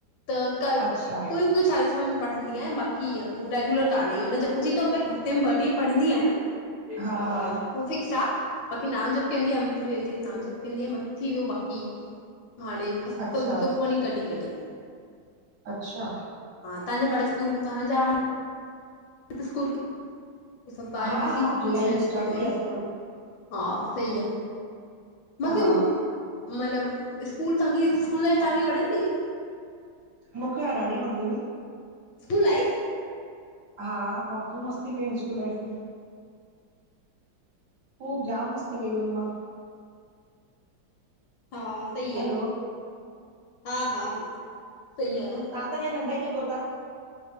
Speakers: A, on the left (about 80°); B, on the right (about 55°).
A: त क
B: अच्छा
A: कोई कोई चालीसा में पढ़ंदी आहिया बाकी रेगुलर कानहे मतिलब जप जी त पर हफ़्ते में ॾींहं पढ़ंदी आहियां।
B: हा हा
A: उ फिक्स आहे बाकी नाम जब कंदी आ अमृतवेले वेंदी आहे नाम जब कंदी आहे। थी वियो बाक़ी हाणे बस
B: अच्छा
A: सभ कुझ सुखमनी कढी कढी
B: अछा
A: हा त्हांजा बार सकूल त्हाजा <unintelligible> सभु ॿार
B: हा
A: बिज़ी
B: हा
A: टूशन
B: जुलाई
A: स्कूल
B: स्टार्ट थी
A: में
B: विया
A: न,
B: स्कूल
A: हा सही आहे। मूंखे
B: हा
A: मतलबु स्कूल तांखे स्कूल लाइफ तव्हांखे वणंदी हुई?
B: मूंखे, हा ॾाढी वणंदी हुई।
A: तूं लाइफ
B: हा, मां ख़ूब मस्ती कईयू स्कूल लाइफ में। खूब जामु मस्ती कयूं आहिनि मां।
A: हा सही
B: हलो
A: आहे, हा हा सही आहे न।
B: तव्हां त अञ नंढा ई लॻो ता।